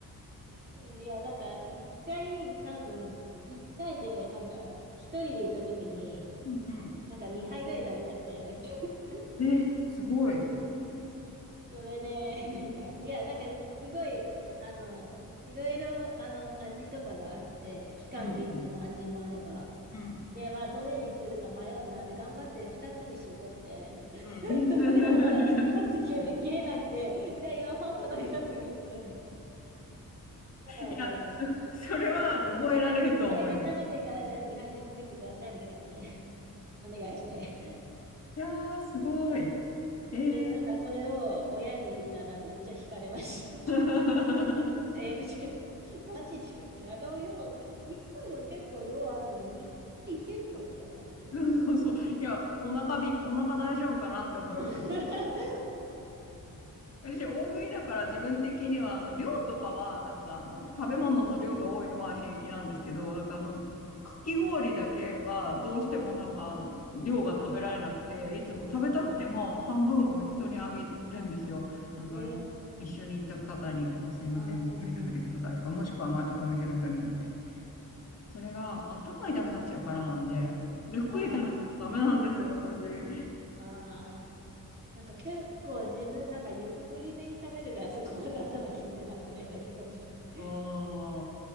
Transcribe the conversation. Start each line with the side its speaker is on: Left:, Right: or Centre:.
Right: うんいや、なんか一回、多分、一回で、なんか一人で行った時に、
Left: うん
Right: なんか2杯ぐらい食べちゃって。<laughs>
Left: うん。え、すごい。
Right: それで、<laughs> なんか、いや、なんか、すごい、あの、いろいろ、あの、味とかがあって、期間限定の味もあれば、
Left: うんうん。うん
Right: で、はどれにするか迷うなって、頑張って2つに絞って、<laughs>
Left: うん。
Right: それでもまだ1つ切れ、
Left: <laughs>
Right: 切れなくて、じゃあ両方頼みますとか言って、まだ覚えてます。
Left: いや、そ、それは覚えられると思います。
Right: で、でなんか、1杯目食べてから、じゃあ2杯目作ってくださいみたいな感じで、<laughs> お願いして。
Left: いやー、すごい。えー。
Right: で、なんか、それを親に言ったら、めっちゃ惹かれました。
Left: <laughs>
Right: えーみたいな。<laughs> マジでみたいな。あの、よう、一杯でも結構、よう、あの、二杯いけるのみたいな感じで。
Left: そうそうそう。
Right: いや
Left: いや、お腹びっ、お腹大丈夫かなって思いました。
Right: <laughs>
Left: 私、大食いだから自分的には、あの、量とかは、なんか、あの、食べ物の量が多いのは平気なんですけど、なんか、あの、かき氷だけは、どうしてもなんか、量が食べられなくて、いつも食べたくても半分を人にあげるんですよ。
Right: あ、そうなんです
Left: なんか、
Right: ね。
Left: い一緒に行った方に、こう、すいません、
Right: あ、はいはい。
Left: これ食べてくださいとか、もしくは、まあ、ちょっとお店の人に、みたいな。それが、頭痛くなっちゃうからなんで、ゆっくり食べなとダメなんですよ、
Right: あ
Left: 私。
Right: あ、ああ。なんか結構自分、なんかゆっくりめに食べるから、そこまで頭キンってなってないだけかもしれない。
Left: ああ、